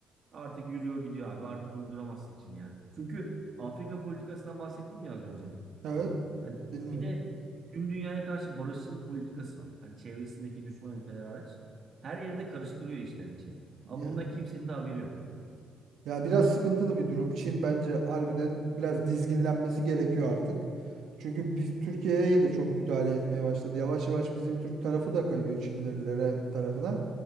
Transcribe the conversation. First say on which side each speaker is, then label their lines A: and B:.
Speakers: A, on the right (about 50°); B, on the right (about 75°).
A: Artık yürüyor gidiyor abi. Artık durduramazsın Çin'i ya. Çünkü Afrika politikasından bahsettiğim ya az önce.
B: Evet,
A: Hani
B: dinliyorum.
A: bir de tüm dünyaya karşı barışçıl politikası var. Hani çevresindeki düşman ülkeler hariç. Her yerde karıştırıyor içten içe. Ama
B: Ya
A: bundan kimsenin de haberi yok.
B: Ya biraz sıkıntılı bir durum. Çin bence harbiden biraz dizginlenmesi gerekiyor artık. Çünkü biz Türkiye'ye de çok müdahale etmeye başladı. Yavaş yavaş bizim Türk tarafı da kayıyor Çinlilere tarafına.